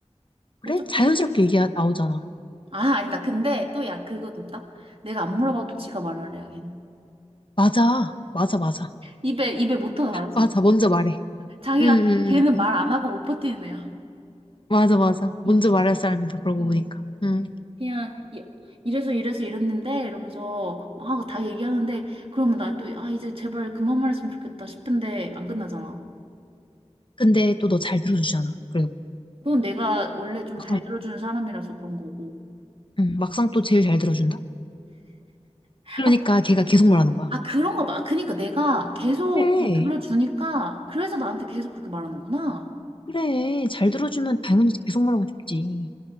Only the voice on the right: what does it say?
어차피,
아, 아니다. 근데 또 야, 그건 있다. 내가 안 물어봐도 지가 말하래, 야, 걔는.
입에, 입에 못 터져, 알았어.
자기가,
걔는
말 안 하고 못 버티는 애야.
응,
응.
그냥 이- 이래서 이래서 이랬는데 이러면서 막 다 얘기하는데 그러면 나 또 아 이제 제발 그만 말했으면 좋겠다 싶은데 안 끝나잖아.
그건 내가 원래 좀 잘
들어주는 사람이라서 그런 거고.
아,
아 그런가 봐. 그러니까 내가 계속
그걸 들어주니까 그래서 나한테 계속 그렇게 말하는구나.